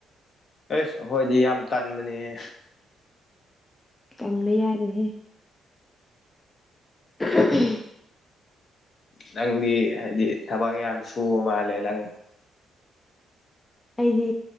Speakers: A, on the left; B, on the left.
A: ꯑꯁ ꯑꯈꯣꯏꯗꯤ ꯌꯥꯝ ꯇꯟꯕꯅꯦꯍꯦ
B: ꯇꯟꯕ ꯌꯥꯔꯣꯢꯍꯦ <inaudible>
A: ꯅꯪꯗꯤ ꯍꯥꯏꯗꯤ ꯊꯕꯛ ꯌꯥꯝ ꯁꯨꯕ ꯃꯥꯜꯂꯦ ꯅꯪ <inaudible>
B: ꯑꯩꯗꯤ